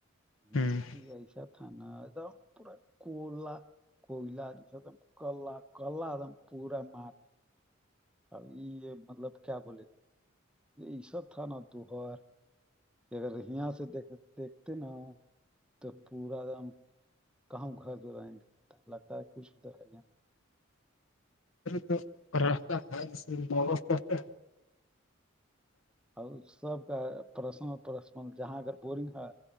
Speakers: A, in the centre; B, on the left.
A: مٹی
B: ہوں
A: ایسا تھانا د پورا کولا کوئلا نہیں سدم کلا کلا دم پورور م اب یہ یہ مطلب کیا بولے یہ ای سب تھا نا توہر کہ اگر یہاں سے دیکھ دیکھتے نا تو پورا دم کہاں گھر دور نہیں دکھاتا ہے لگتا ہے کچھ ادھر ہے یا نہیں
B: تو رہتا ہے ج
A: اور سب کا پرسنل پرس جہاں اگر بورنگ ہے